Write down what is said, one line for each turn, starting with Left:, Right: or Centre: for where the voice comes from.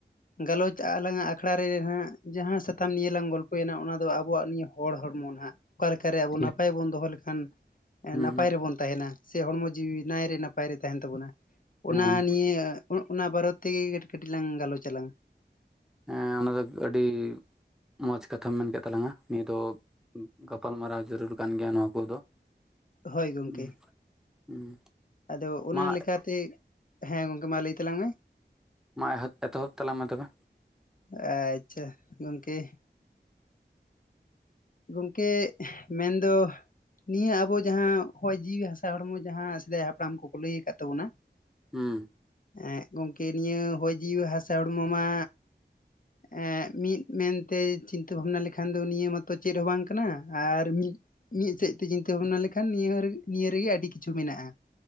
Left: ᱜᱟᱞᱚᱪ ᱟᱞᱟᱝᱟᱜ ᱟᱠᱷᱲᱟ ᱨᱮ ᱡᱟᱦᱟᱜ ᱡᱟᱦᱟᱸ ᱥᱟᱛᱟᱢ ᱱᱤᱭᱟᱹ ᱞᱟᱝ ᱜᱚᱞᱯᱚᱭᱮᱱᱟ ᱚᱱᱟ ᱫᱚ ᱟᱵᱚᱣᱟᱜ ᱱᱤᱭᱟᱹ ᱦᱚᱲ ᱦᱚᱲᱢᱚ ᱱᱟᱦᱟᱜ ᱚᱠᱟ ᱞᱮᱠᱟᱨᱮ ᱟᱵᱚ
Centre: ᱴᱷᱤᱠ
Left: ᱱᱟᱯᱟᱭ ᱵᱚᱱ ᱫᱚᱦᱚ ᱞᱮᱠᱷᱟᱱ
Centre: ᱦᱩᱸ
Left: ᱱᱟᱯᱟᱭ ᱨᱮᱵᱚᱱ ᱛᱟᱦᱮᱱᱟ ᱥᱮ ᱦᱚᱲᱢᱚ ᱡᱤᱣᱤ ᱱᱟᱭᱨᱮ ᱱᱟᱯᱟᱭ ᱨᱮ ᱛᱟᱦᱮᱱ ᱛᱟᱵᱚᱱᱟ ᱚᱱᱟ
Centre: ᱦᱮᱸ
Left: ᱱᱤᱭᱟᱹ ᱚᱱᱟ ᱵᱟᱨᱚᱛ ᱛᱮᱜᱮ ᱠᱟᱹᱴᱤᱡ ᱠᱟᱹᱴᱤᱡ ᱞᱟᱝ ᱜᱟᱞᱚᱪᱟᱞᱟᱝ
Centre: ᱦᱮᱸ ᱚᱱᱟ ᱫᱚ ᱟᱹᱰᱤ ᱢᱚᱡᱽ ᱠᱟᱛᱷᱟᱢ ᱢᱮᱱ ᱠᱮᱫ ᱛᱟᱞᱟᱝᱟ ᱱᱤᱭᱟᱹ ᱫᱚ ᱜᱟᱯᱟᱞᱢᱟᱨᱟᱣ ᱡᱚᱹᱨᱩᱨ ᱠᱟᱱ ᱜᱮᱭᱟ ᱱᱚᱣᱟ ᱠᱚᱫᱚ
Left: ᱦᱳᱭ ᱜᱚᱝᱠᱮ
Centre: ᱦᱩᱸ ᱦᱩᱸ
Left: ᱟᱫᱚ ᱚᱱᱟ
Centre: ᱢᱟ
Left: ᱞᱮᱠᱟᱛᱮ ᱦᱮᱸ ᱜᱚᱝᱠᱮ ᱢᱟ ᱞᱟᱹᱭ ᱛᱟᱞᱟᱝ ᱢᱮ᱾
Centre: ᱢᱟ ᱮᱦᱚᱵ ᱮᱛᱚᱦᱚᱵ ᱛᱟᱞᱟᱝ ᱢᱮ ᱛᱚᱵᱮ᱾
Left: ᱟᱪᱪᱷᱟ ᱜᱚᱝᱠᱮ᱾ ᱜᱚᱝᱠᱮ ᱢᱮᱱᱫᱚ ᱱᱤᱭᱟᱹ ᱟᱵᱚ ᱡᱟᱦᱟᱸ ᱦᱚᱭ ᱡᱤᱣᱤ ᱦᱟᱥᱟ ᱦᱚᱲᱢᱚ ᱡᱟᱦᱟᱸ ᱥᱮᱫᱟᱭ ᱦᱟᱯᱲᱟᱢ ᱠᱚᱠᱚ ᱞᱟᱹᱭ ᱟᱠᱟᱫ ᱛᱟᱵᱚᱱᱟ
Centre: ᱦᱩᱸ
Left: ᱦᱮᱸ ᱜᱚᱝᱠᱮ ᱱᱤᱭᱟᱹ ᱦᱚᱭ ᱡᱤᱣᱤ ᱦᱟᱥᱟ ᱦᱚᱲᱢᱚ ᱢᱟ᱾ ᱮᱸᱜ ᱢᱤᱫ ᱢᱮᱱᱛᱮ ᱪᱤᱱᱛᱟᱹ ᱵᱷᱟᱵᱱᱟ ᱞᱮᱠᱷᱟᱱ ᱫᱚ ᱱᱤᱭᱟᱹ ᱢᱟ ᱛᱚ ᱪᱮᱫ ᱦᱚᱸ ᱵᱟᱝ ᱠᱟᱱᱟ ᱟᱨ ᱢᱤᱫ ᱢᱤᱫ ᱥᱮᱫ ᱛᱮ ᱪᱤᱱᱛᱟᱹ ᱵᱷᱟᱵᱽᱱᱟ ᱞᱮᱠᱷᱟᱱ ᱱᱤᱭᱟᱹ ᱨ ᱱᱤᱭᱟᱹ ᱨᱮᱜᱮ ᱟᱹᱰᱤ ᱠᱤᱪᱷᱩ ᱢᱮᱱᱟᱜᱼᱟ᱾